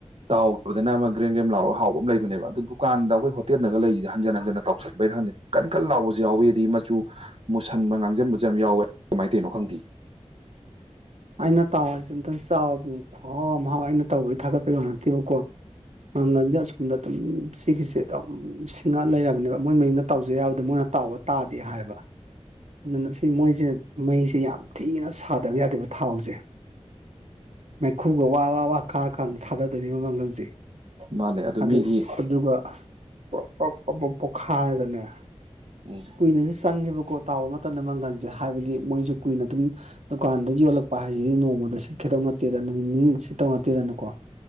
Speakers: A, on the right (about 60°); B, on the right (about 75°).
A: ꯇꯥꯎꯕꯗꯅ ꯑꯃ ꯒ꯭ꯔꯦꯝ ꯒꯦꯝ ꯂꯥꯎꯔꯒ ꯍꯥꯎꯕ ꯑꯝ ꯂꯩꯕꯅꯦꯕ ꯑꯗꯨ ꯗꯨꯀꯥꯟꯗ ꯑꯩꯈꯣꯏ ꯍꯣꯇꯦꯜꯗꯒ ꯂꯩꯖꯤꯗꯤ ꯍꯟꯖꯟ ꯍꯟꯖꯟꯅ ꯇꯥꯎꯁꯟꯕꯩꯔ ꯈꯪꯗꯦ ꯀꯟ ꯀꯟ ꯂꯥꯎꯕꯖꯨ ꯌꯥꯎꯋꯤ ꯑꯗꯩ ꯃꯆꯨ ꯃꯨꯁꯟꯕ ꯉꯥꯡꯖꯟꯕꯖꯨ ꯌꯥꯝ ꯌꯥꯎꯋꯦ ꯀꯃꯥꯏ ꯇꯣꯏꯅꯣ ꯈꯪꯗꯤ
B: ꯑꯩꯅ ꯇꯥꯎꯔꯤꯖꯤ ꯑꯝꯇꯪ ꯆꯥꯎ ꯏꯕꯨ ꯈꯨꯍꯥꯎ ꯑꯃ ꯍꯥꯎꯋꯦ ꯑꯩꯅ ꯇꯧꯕꯩ ꯊꯥꯒꯠꯄꯩ ꯋꯥ ꯅꯠꯇꯦꯕꯀꯣ ꯃꯪꯒꯜꯖꯦ ꯑꯁꯣꯝꯗ ꯑꯗꯨꯝ ꯁꯤꯒꯤꯁꯦ ꯑꯗꯨꯝ ꯁꯤꯡꯉꯛ ꯂꯩꯔꯕꯅꯦꯕ ꯃꯣꯏ ꯃꯌꯨꯝꯗ ꯇꯥꯎꯖ ꯌꯥꯕꯗꯣ ꯃꯣꯏꯅ ꯇꯥꯎ ꯇꯥꯗꯦ ꯍꯥꯏꯕ ꯑꯗꯨꯅ ꯁꯤ ꯃꯣꯏꯖꯦ ꯃꯩꯖꯦ ꯌꯥꯝ ꯊꯤꯅ ꯁꯥꯗꯕ ꯌꯥꯗꯦꯕ ꯊꯥꯎꯖꯦ ꯃꯩꯈꯨꯒ ꯋꯥ ꯋꯥ ꯋꯥ ꯀꯥꯔꯀꯥꯟꯗ ꯊꯥꯗꯗꯣꯏꯅꯦꯕ ꯃꯪꯒꯜꯖꯦ
A: ꯃꯥꯅꯦ ꯑꯗꯣ
B: ꯑꯗꯨ
A: ꯃꯤꯒꯤ
B: ꯑꯗꯨꯒ ꯄ꯭ꯔꯣꯞ ꯄ꯭ꯔꯣꯞ ꯄ꯭ꯔꯣꯞ ꯄ꯭ꯔꯣꯞ ꯄ꯭ꯔꯣꯞ ꯄꯣꯛꯈꯥꯏꯔꯗꯅꯦ
A: ꯎꯝ
B: ꯀꯨꯏꯅꯖꯨ ꯆꯪꯉꯦꯕꯀꯣ ꯇꯥꯎꯕ ꯃꯇꯝꯗ ꯃꯪꯒꯟꯖꯦ ꯍꯥꯏꯕꯗꯤ ꯃꯣꯏꯖꯨ ꯀꯨꯏꯅ ꯑꯗꯨꯝ ꯗꯨꯀꯥꯟꯗ ꯌꯣꯜꯂꯛ ꯄꯥ ꯍꯥꯏꯖꯤꯗꯤ ꯅꯣꯡꯃꯗ ꯁꯤꯠꯈꯤꯗꯧ ꯅꯠꯇꯦꯗꯅ ꯅꯨꯃꯤꯠ ꯅꯤꯅꯤꯗ ꯁꯤꯠꯇꯧ ꯅꯠꯇꯦꯗꯅꯀꯣ